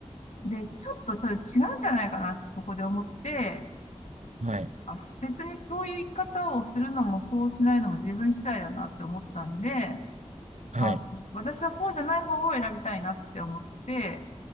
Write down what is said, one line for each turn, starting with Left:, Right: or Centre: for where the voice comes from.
Left: い。で、ちょっとそれ違うんじゃないかなってそこで思って、
Right: はい。
Left: あ、別にそういう生き方をするのもそうしないのも自分次第だなって思ったんで、
Right: はい。
Left: あ、私はそうじゃない方を選びたいなって思って、